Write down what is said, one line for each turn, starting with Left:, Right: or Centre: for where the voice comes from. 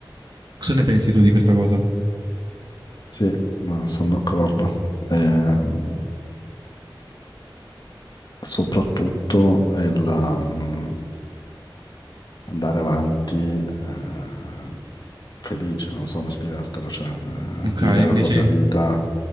Right: Cosa ne pensi tu di questa cosa?
Left: Sì, no, sono d'accordo. Ehm, soprattutto il um, andare avanti eh, felice, non so come spiegartelo, cioè eh,
Right: Ok,
Left: vivere la
Right: dici,
Left: propria vita